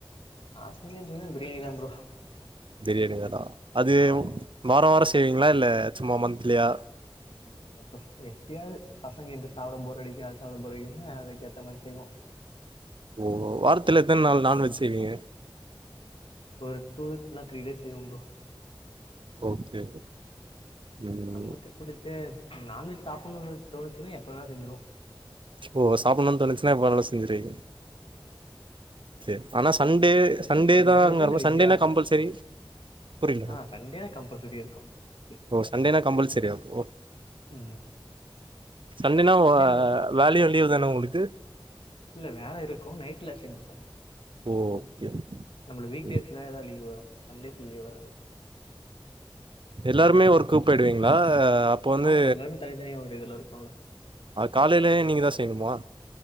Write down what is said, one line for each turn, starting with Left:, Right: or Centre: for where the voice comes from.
Left: நா செஞ்சது பாத்தனா பிரியாணிதா ப்ரோ
Right: பிரியாணி தானா அது
Left: ஆமா.
Right: வார வாரம் செய்விங்களா இல்ல சும்மா மந்த்லியா
Left: இல்ல இல்ல ப்ரோ எப்பியாவது பசங்க இங்ட்டு சாப்ட போர் அடிக்கு அது சாப்ட போர் அடிக்குதுன்னா அதுக்கேத்தா மாரி செய்வோம்
Right: ஓ வாரத்துல எத்தன நாள் நான்வெஜ் செய்வீங்க
Left: ஒரு டூ இல்னா த்ரீ டேஸ் செய்வோம் ப்ரோ
Right: ஓகே ம்
Left: நம்ளுக்கு புடிச்ச நான்வெஜ் சாப்பிடணுன் தோணுச்சுன்னா எப்ப வேனா செஞ்சிருவோ
Right: ஓ சாப்பிடணுன் தோனுச்சுன்னா எப்ப வேனாலு செஞ்சிருவீங்
Left: ஆமா
Right: செரி ஆனா சண்டே
Left: உங்களுக்கு
Right: சண்டே
Left: எப்டி
Right: தான்ங்கரப்ப
Left: நான்வெஜ்ஜா இல்ல வெஜ்ஜா?
Right: சண்டேனா கம்பல்சரி புரியில
Left: ஆ சண்டேனா கம்பல்சரி இருக்கும் மோஸ்ட்லி.
Right: ஓ சண்டேனா கம்பல்சரியா அப்போ
Left: ம்.
Right: சண்டேனா
Left: சண்டே
Right: ஒ அ
Left: அந்த
Right: வேலயு லீவ் தானா உங்ளுக்கு
Left: இல்ல வேல இருக்கு நைட்ல செஞ்சுப்போ
Right: ஓ ஓகே
Left: நம்மளுக்கு வீக்
Right: செரி
Left: டேஸ்ல தா லீவ் வரும் சண்டேஸ்ல லீவ் வராது
Right: எல்லாருமே ஒர்க்கு போய்டுவீங்களா அப்போ வந்து
Left: ஆமா எல்லாருமே தனித்தனியா ஒரு இதுல இருக்கோல்ல
Right: காலைலயு நீங்கதா செய்யணுமா